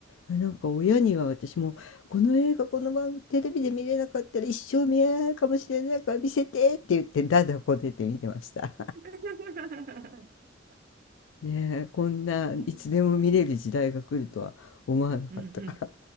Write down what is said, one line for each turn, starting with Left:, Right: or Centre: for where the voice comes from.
Left: えなんか親には私も、この映画、この番、テレビで見れなかったら一生見えないかもしれないから見せてって言って、だだこねて見てました。
Right: <laughs>
Left: ねえ、こんないつでも見れる時代が来るとは思わなかったから。
Right: 本当、うん